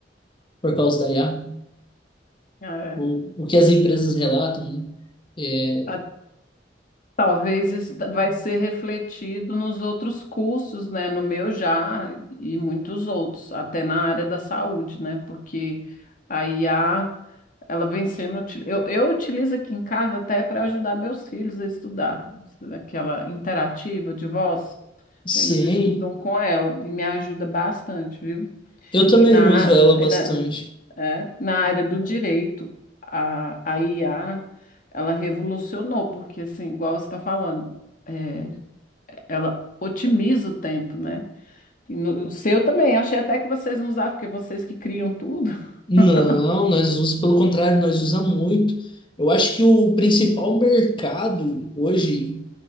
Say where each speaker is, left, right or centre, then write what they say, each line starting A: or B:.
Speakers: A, on the left; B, on the left.
A: por causa da IA.
B: É,
A: O, o que as empresas relatam, né? É,
B: a- talvez isso t- vai ser refletido nos outros cursos, né? No meu já e muitos outros, até na área da saúde, né? Porque a IA Ela vem sendo. uti- Eu, eu utilizo aqui em casa até para ajudar meus filhos a estudar. Aquela interativa de voz,
A: Sim,
B: eles estudam com ela e me ajuda bastante, viu?
A: eu também
B: E na,
A: uso ela
B: e
A: bastante.
B: na, é, na área do direito, a, a IA, ela revolucionou, porque, assim, igual você está falando, é, ela otimiza o tempo, né? E no, o seu também, achei até que vocês não usavam, porque vocês que criam tudo.
A: Não,
B: <laughs>
A: nós usamos, pelo contrário, nós usamos muito. Eu acho que o principal mercado hoje